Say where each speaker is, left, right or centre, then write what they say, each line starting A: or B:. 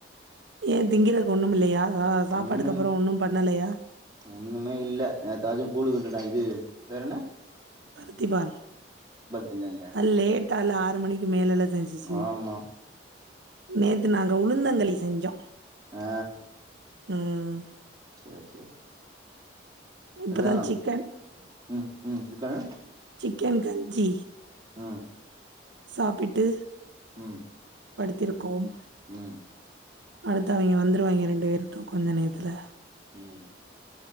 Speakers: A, on the right; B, on the right.
A: ஏ திங்கறக்கு ஒண்ணும் இல்லையா சா சாப்பாடுக்கு
B: ஒண்ணு
A: அப்புறோ ஒண்ணும் பண்ணலையா
B: ஒண்ணுமே இல்ல ஏத்தாச்சும் கூழுக்கின்டுனா இது பேரு என்ன
A: பருத்திபால்
B: செஞ்சாய்ங்க
A: அது லேட்டா ல ஆறு மணிக்கு மேல ல செஞ்சிச்சு
B: ஆமா
A: நேத்து நாங்க உளுந்தங்களி செஞ்சோம்
B: ஆ
A: ம்
B: சேரி சேரி
A: இப்பதா
B: அதுதா
A: சிக்கன்
B: ம் ம் சிக்கனு
A: க்கன் கஞ்சி
B: ம்
A: சாப்பிட்டு
B: ம்
A: படுத்திருக்கோம்
B: ம்
A: அடுத்து அவங்கே வந்துருவாங்கே ரெண்டு பேருட்டும் கொஞ்ச நேரத்துல
B: உம்